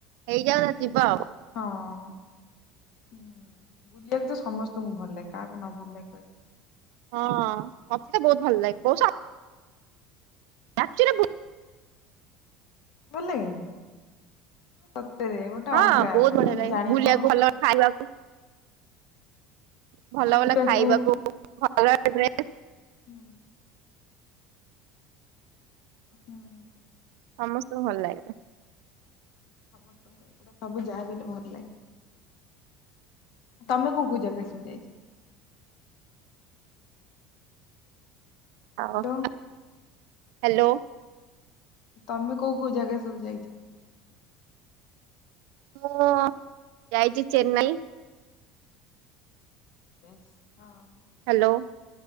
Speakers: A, on the right (about 70°); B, on the left (about 50°).
A: ହେଇଯାଉ ତା ଯିବ ଆଉ।
B: ହଁ ହୁଁ ବୁଲିବାକୁ ତ ସମସ୍ତଙ୍କୁ ଭଲ ଲାଗେ କାହାକୁ ନ ଭଲ ଲାଗେ କହିଲେ।
A: ହଁ ମତେ ବହୁତୁ ଭଲ ଲାଗେ ବଉଷା। <unintelligible>
B: ଭଲ ଲାଗେ ନି ସତରେ ଗୋଟେ
A: ହଁ
B: ଅଲଗା
A: ବହୁତ
B: ମାନେ
A: ବଢିଆ ଲାଗେ
B: ଜାଣିବ।
A: ବୁଲିବାକୁ ଭଲ ଖାଇବାକୁ ଭଲ,
B: ପିନ୍ଧିବାକୁ
A: ଭଲ ଖାଇବାକୁ ଭଲ ଡ୍ରେସ୍।
B: ହୁଁ। ହୁଁ।
A: ସମସ୍ତଙ୍କୁ ଭଲ ଲାଗେ ରେ।
B: ସମସ୍ତଙ୍କୁ ଏଗୁଡା ସବୁ ଯାହାବି ହେଲେ ଭଲ‌ ଲାଗେ। ତମେ କୋଉ କୋଉ ଯାଗା ସବୁ ଯାଇଛି। ହ୍ୟାଲୋ
A: ଆଉ ହା ହ୍ୟାଲୋ।
B: ତମେ କୋଉ, କୋଉ ଜାଗା ସବୁ ଯାଇଛ।
A: ମୁଁ ଯାଇଛି ଚେନ୍ନାଇ।
B: ଇସି ହଁ।
A: ହ୍ୟାଲୋ
B: ତାପରେ